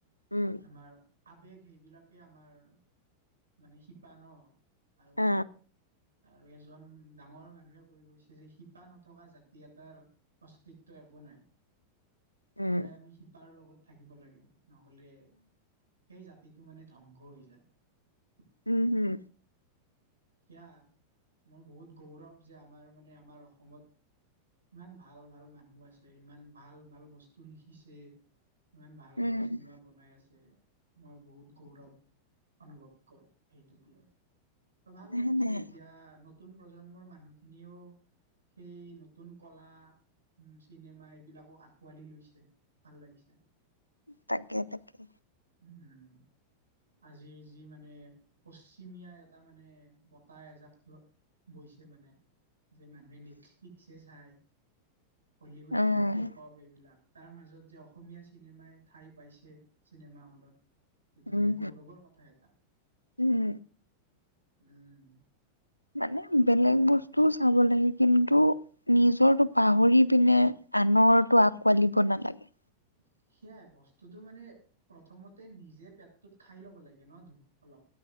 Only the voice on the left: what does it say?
উম
অ
উম
উম, হম।
উম
নাই
নাই
তাকেই তাকেই।
উম
উম
উম
মানে বেলেগ বস্তুও চাব লাগে, কিন্তু নিজৰটো পাহৰি পিনে আনৰটো আকোৱালিব নালাগে।